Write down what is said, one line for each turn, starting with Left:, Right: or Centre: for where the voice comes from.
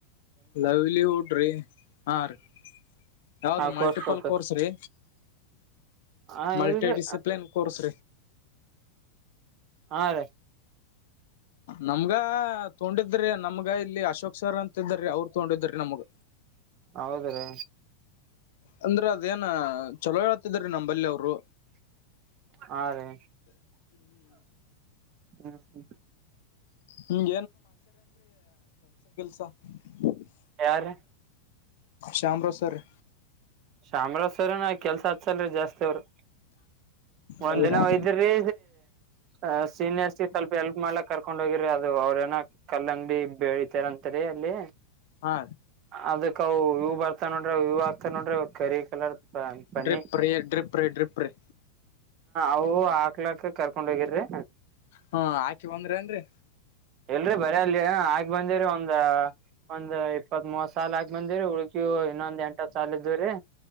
Left: ಲವ್ಲಿವುಡ್ ರೀ ಹಾ ರೀ ಯಾವ್ದ
Right: ಹಾ
Left: ಮಲ್ಟಿಪಲ್
Right: ಕೋರ್ಸ್ ತೋತಾರಿ
Left: ಕೋರ್ಸ್ ರೀ
Right: ಹಾ
Left: ಮಲ್ಟಿ
Right: ಇಲ್ರಿ
Left: ಡಿಿಸಿಪ್ಲಿನ್ ಕೋರ್ಸ್
Right: ಹಾ ರೀ
Left: ನಮ್ಗ ತೊಂಡಿದ್ರಿ ನಮ್ಗ ಇಲ್ಲಿ ಅಶೋಕ್ ಸರ್ ಅಂತಿದ್ರೀ ಅವರು ತೊಂಡಿದ್ರಿ ನಮ್ಗ
Right: ಹೌದ ರೀ
Left: ಅಂದ್ರ ಅದೇನ ಚಲೋ ಹೇಳ್ತಿದ್ರೀ ನಂಬಲ್ಲಿ ಅವರು
Right: ಹಾ ರೇ ಹ್ಮ್ಮ.
Left: ನಿಮ್ಗ ತ್ತ. <inaudible>
Right: ಯಾರಿ.
Left: ಶ್ಯಾಮರಾಜ್ ಸರ್ ರಿ.
Right: ಶಾಮರಾಜ್ ಸರ ಎನ್ ಕೆಲ್ಸ ಹಚ್ಛಲ್ಲ ಜಾಸ್ತಿ ಅವರು.
Left: ಹೌದ್ರಾ
Right: ಒಂದಿನ ಒಯ್ದ್ರಿ. ಅ ಸೀನಿಯರ್ಸ್ ಗಿ ಸ್ವಲ್ಪ ಎಲ್ಪ್ ಮಾಡ್ಲಕ್ ಕರ್ಕೊಂಡ್ ಹೋಗಿರಿ ಅದು ಅವ್ರಏನ ಕಲ್ಲಂಗಡಿ. ಬೆಳಿತಾರ ಅಂತರಿ ಅಲ್ಲಿ
Left: ಹಾ
Right: ಅದಕ್. ಅವು ಇವವು ಬರ್ತಾ ನೋಡ್ರಿ ಇವವು ಆಗ್ತ ನೋಡ್ರಿ ಕರಿ ಕಲರ್. ಪನ್ನಿ
Left: ಡ್ರಿಪ ರೇ ಡ್ರಿಪ ರ ಡ್ರಿಪ ರೆ.
Right: ನಾವು ಹಾಕ್ಲಾಕ ಕರ್ಕೊಂಡ್ ಹೋಗಿರ್ರಿ.
Left: ಹಾ ಹಾಕಿ ಬಂದ್ರಿ ಅನ್ರಿ.
Right: ಇಲ್ರಿ ಬರಿ ಅಲ್ಲಿ ಆಗ್ ಬಂದಿರಿ ಒಂದ. ಒಂದ್ ಇಪ್ಪತ್ ಮೂವತ್ ಸಾಲ ಆಗ್ ಬಂದಿರಿ ಉಳಿಕೆವು ಇನ್ನೊಂದ್ ಎಂಟತ್ ಸಾಲಲ್ ಇದವ್ರರಿ.